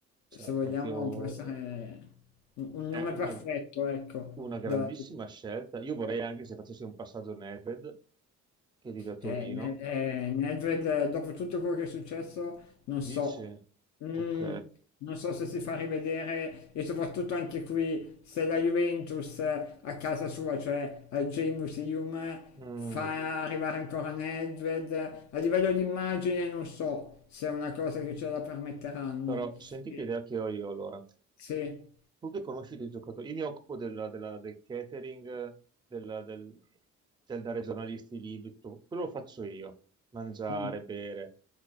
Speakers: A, on the right (about 15°); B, on the left (about 65°).
A: cioè,
B: se vogliamo
A: proprio
B: può essere un, un
A: È
B: nome
A: una,
B: perfetto, ecco.
A: una grandissima
B: da-
A: scelta. Io vorrei anche se facessi un passaggio Nedved, che vive a Torino.
B: Eh, Ne- eh, Nedved, eh, dopo tutto quello che è successo, non
A: Dice,
B: so, Mm,
A: ok,
B: non so se si fa rivedere e soprattutto anche qui se la Juventus eh, a casa sua, cioè al J-Museum, eh,
A: Mm,
B: fa arrivare ancora Nedved. eh, A livello di immagine non so se è una cosa che ce la permetteranno.
A: però senti
B: Eh,
A: che idea che ho io allora.
B: Sì,
A: Tu che conosci dei giocatori, io mi occupo del, della- del catering, del, del- del dare ai giornalisti i libri, tutto. quello lo faccio io, mangiare,
B: Mm,
A: bere.